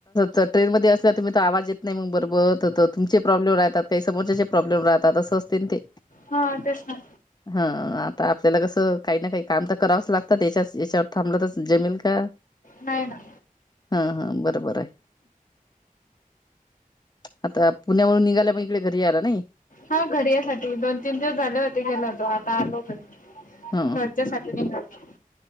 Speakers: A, on the left (about 30°); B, on the left (about 60°).
A: तर ट्रेनमध्ये असल्या तुम्ही तर आवाज येत नाय मग बरोबर तर तुमचे प्रॉब्लेम राहतात काही समोरच्याचे प्रॉब्लेम राहतात असं असत तेन ते
B: हा तेच ना
A: हा आता आपल्याला कसं काही ना काही काम तर करावच लागतात याच्या याच्यावर थांबल तर जमील का?
B: नाही ना
A: हा हा बरोबर आहे. आता पुण्यावरून निघाल्या पण इकडे घरी यायला नई
B: हा घरी यासाठी दोन तीन दिवस झाले होते गेलो होतो आता आलो घरी
A: ह
B: घरच्यासाठी निदायला आलोय.